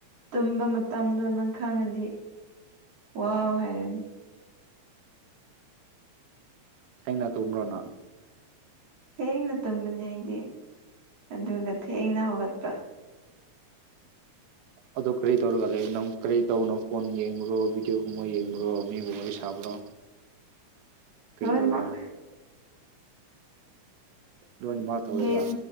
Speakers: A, on the right; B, on the right.
A: ꯇꯨꯝꯕ ꯃꯇꯝꯗꯣ ꯅꯪ ꯈꯪꯉꯗꯤ ꯋꯥꯎ ꯍꯥꯏꯔꯅꯤ
B: ꯊꯦꯡꯅ ꯇꯨꯝꯕ꯭ꯔꯣ ꯅꯪ
A: ꯊꯦꯡꯅ ꯇꯨꯝꯕꯅꯦ ꯑꯩꯗꯤ ꯑꯗꯨꯒ ꯊꯦꯡꯅ ꯍꯧꯒꯠꯄ
B: ꯑꯗꯨ ꯀꯔꯤ ꯇꯧꯔꯒ ꯂꯩꯕ ꯅꯪ ꯀꯔꯤ ꯇꯧꯕꯅꯣ ꯐꯣꯟ ꯌꯦꯡꯕꯔꯣ ꯚꯤꯗꯤꯑꯣꯒꯨꯝꯕ ꯌꯦꯡꯕꯔꯣ ꯃꯤꯕꯨ ꯋꯥꯔꯤ ꯁ ꯁꯥꯥꯕ꯭ꯔꯣ ꯀꯔꯤ
A: ꯂꯣꯏꯅꯃꯛ
B: ꯇꯧꯒꯦ ꯂꯣꯏꯅꯃꯛ ꯇꯧꯋꯦꯕ
A: ꯒꯦꯝ